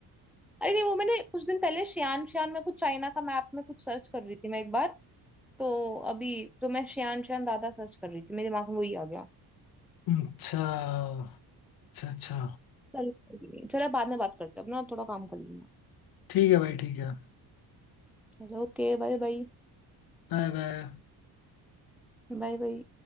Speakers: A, in the centre; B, on the left.
A: अरे नहीं वो मैंने कुछ दिन पहले शियान शियान में कुछ चाइना का मैप में कुछ सर्च कर रही थी मैं एक बार तो अभी तो मैं शियान शियान दादा सर्च कर रही थी मेरे दिमाग में वही आ गया
B: अच्छा अच्छा अच्छा
A: चल चलो बाद में बात करते हैं अपना थोड़ा काम कर लेंगे
B: ठीक है भाई ठीक है
A: चलो okay bye bye
B: Bye bye
A: Bye bye